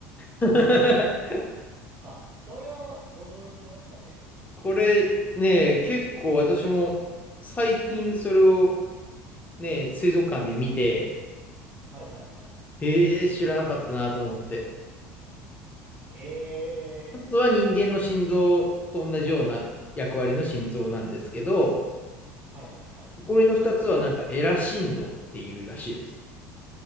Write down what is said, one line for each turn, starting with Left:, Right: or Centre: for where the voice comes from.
Left: <laughs>。
Right: あ、それは驚きましたね。
Left: これね、結構私も最近それをね、水族館で見て、
Right: はいはいはい。
Left: えー、知らなかったなと思って。
Right: え
Left: 一つは人間の心臓と同じような役割の心臓なんですけど、
Right: ー、はいはいはい。
Left: 残りの2つはなんかエラ心臓っていうらしいです。